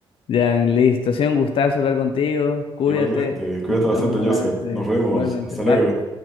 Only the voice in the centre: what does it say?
<laughs>
Igualmente, cuídate
bastante,
Joseph.
Nos vemos.
Hasta
luego.